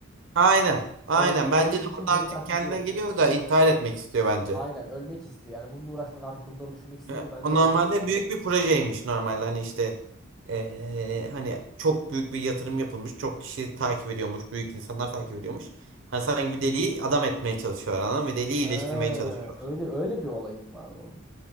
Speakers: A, on the right; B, in the centre.
A: Aynen. Aynen.
B: Ölme- ölmek
A: Bence de
B: için
A: orada
B: deli
A: artık
B: taklidi
A: kendine
B: yapıyor.
A: geliyor da intihar etmek istiyor bence.
B: Aynen ölmek istiyor. Yani bununla uğraşmak artık bunları düşünmek istemiyor.
A: Ya,
B: Bence
A: O
B: ölmek
A: normalde
B: istiyor.
A: büyük bir projeymiş normalde hani işte eee, hani çok büyük bir yatırım yapılmış çok kişi takip ediyormuş büyük insanlar takip ediyormuş. Hani sanki bir deliği adam etmeye çalışıyor adam ve deliği
B: Ha,
A: iyileştirmeye çalışıyor.
B: öyle öyle bir olayım vardı onun.